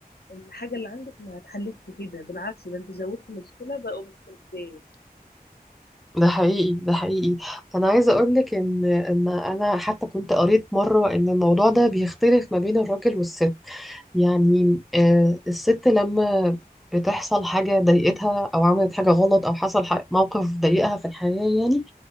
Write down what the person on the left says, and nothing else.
الحاجه اللي عندك ما اتحلتش كده بالعكس ده انت زودت مشكله بقوا مشكلتين